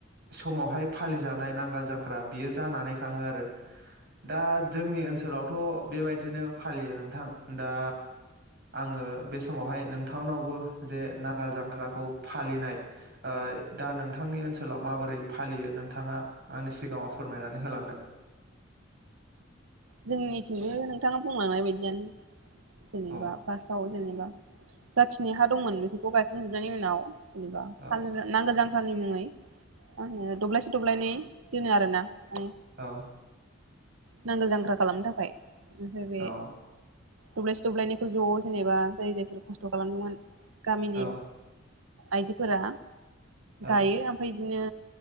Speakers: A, on the right; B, on the right.
A: समावहाय फालि जानाय नांगाल‌ जांख ख्रा बियो जानानै थाङो आरो दा जोंनि ओनसोलावथ' बेबायदिनो फालियो नोंथां दा आङो बे समावहाय नोंथांनावबो जे नांगाल जांख्राखौ फालिनाय ओ दा नोंथांनि ओनसोलाव माबोरै फालियो नोंथाङा आंनि सिगाङाव फोरमायनानै होलांदो।
B: जोंनिथिंबो नोंथाङा बुंलांनाय बायदियानो। जेनेबा
A: औ
B: फार्स्टआव जेनेबा जाखिनि हा दंमोन बेफोरखौ गायखांजोबनायनि उनाव जेनेबा
A: औ
B: नांगोल जांख्रानि मुङै मा होनो दब्लायसे दब्लायनै दोनो आरोना। माने
A: औ।
B: नांगोल जां ख्रा खालामनो थाखाय। ओमफाय बेे
A: औ
B: दब्लायसे दब्लायनायखौ ज' जेनेबा जाय जायफोर खस्थ' खालामदोंमोन गामिनि
A: औ
B: आइजोफोरा
A: औ
B: गायो ओमफ्राय बिदिनो